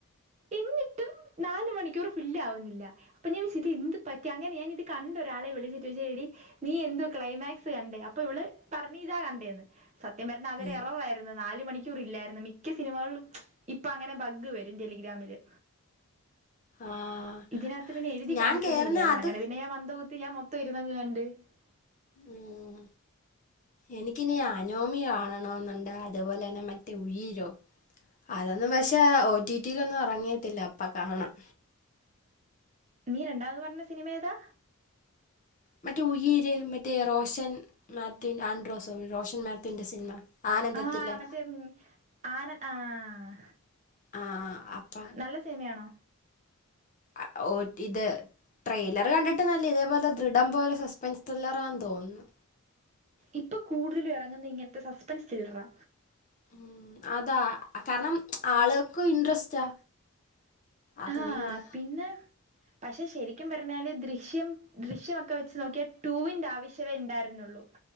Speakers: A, on the right; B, on the left.
A: എന്നിട്ടും നാല് മണിക്കൂർ ഫില്ല് ആവുന്നില്ല അപ്പൊ ഞാൻ വിച്ചു എന്ത് പ റ്റി അങ്ങനെ ഞാൻ ഇത് കണ്ട ഒരാളെ വിളിച്ച് ചോയ്ച്ച് എടി നീ എന്തോ ക്ലൈമാക്സ് കണ്ടേ? അപ്പോഇവള് പറഞ്ഞഞ് ഇതാ കണ്ടേന്ന്. സത്യം പറഞ്ഞ അവരെ
B: ഉം ഉം ഉം
A: എറവായിരുന്നു നാല് മണിക്കൂർ ഇല്ലായിരുന്നു മിക്ക സിനിമകളും ഇപ്പൊ അങ്ങനെ ബഗ് വരും ടെലിഗ്രാമില്
B: ആഹ്
A: ഇതിനകത്ത് പിന്നെ എഴുതി
B: ഞാൻ
A: കാണിച്ചതും
B: കേറുന്ന
A: ഇല്ലായിരുന്നു
B: അത്
A: അങ്ങനെ പിന്നെ മന്ദബുദ്ധി ഞാൻ മൊത്തംരുന്നങ്ങ് കണ്ട് <unintelligible>
B: ഉം എനിക്കിനി അനോമി കാണണെന്നുണ്ട് അതുപോലെ തന്നെ മറ്റേ ഉഴീലോ അതൊന്നും പക്ഷേ ഓറ്റിറ്റി ൽന്നും എറങ്ങീടില്ല അപ്പ കാണാം
A: നീ രണ്ടാമത്പറഞ്ഞ സിനിമ ഏതാ
B: മറ്റേ ഉയിര് മറ്റേ റോഷൻ മാത്യു ആൻഡ്രോസോ റോഷൻ മാത്യുന്റെ സിനിമ ആനന്ദത്തിലെ
A: ആഹ് മറ്റേ ആന ആഹ്
B: ആഹ് അപ്പ
A: നല്ല സിനിമയാണോ
B: ആഹ് ഓ റ്റി ഇത് ട്രെയിലർ കണ്ടിട് നല്ല ഇതേപോലെ ദൃഢം പോലെ സസ്പെൻസ് ട്രില്ലറാന്ന് തോന്നുന്നു
A: ഇപ്പൊ കൂടുതലും ഇറങ്ങുന്ന ഇങ്ങനത്തെ സസ്പെൻസ് തില്ലറാ
B: ഉം അതാ കാരണം ആളുകൾക്കും ഇൻട്രസ്റ്റാ അതുകൊണ്ട്
A: ആഹ് പിന്നെ പക്ഷെ ശരിക്കും പറഞ്ഞാല് ദൃശ്യം ദൃശ്യമൊക്കെ വെച്ച് നോക്കിയാൽ ടുവിന്റെ ആവശ്യമേ ഉണ്ടായിരുന്നുള്ളു